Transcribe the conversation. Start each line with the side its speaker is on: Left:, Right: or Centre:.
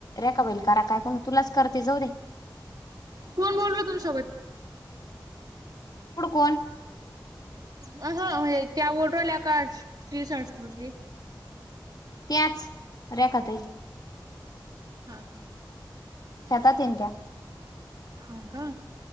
Left: रेखा बाईला करा काय कोण तुलाच करते जाऊ दे <inaudible>
Right: कोण बोल र तुमसोबत?
Left: कुड कोण?
Right: अ हं म्हणजे त्या वोट वाल्या का ती संस्कृती
Left: त्याच रेखा ताई.
Right: हा का.
Left: शेतात हे न त्या.
Right: ह का.